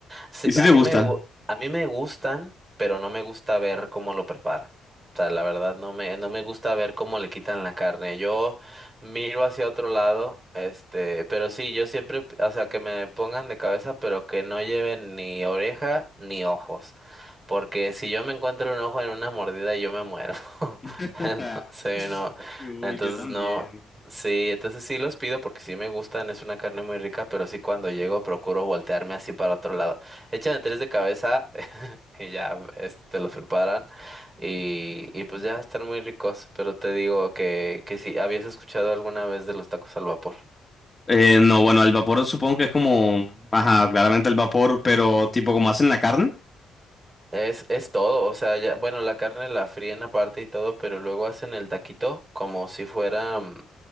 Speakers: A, on the right; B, on the left.
A: sí,
B: ¿Y si
A: a
B: te
A: mí
B: gusta?
A: me, gu- a mí me gustan, pero no me gusta ver cómo lo preparan. O sea, la verdad no me, no me gusta ver cómo le quitan la carne. Yo miro hacia otro lado, este, pero sí, yo siempre, o sea, que me pongan de cabeza, pero que no lleven ni oreja ni ojos, porque si yo me encuentro un ojo en una mordida, yo me muero. <laughs>
B: <laughs>
A: <laughs> Entonces, no,
B: Uy,
A: entonces
B: yo también.
A: no, sí, entonces sí los pido porque sí me gustan, es una carne muy rica, pero sí cuando llego procuro voltearme así para otro lado. Echan tres de cabeza <laughs> y ya este, te los preparan y, y pues ya están muy ricos, pero te digo que, que si habías escuchado alguna vez de los tacos al vapor.
B: Eh, no, bueno, el vapor supongo que es como, ajá, claramente el vapor, pero tipo como hacen la carne.
A: Es, es todo, o sea, ya, bueno, la carne la fríen aparte y todo, pero luego hacen el taquito como si fuera mm,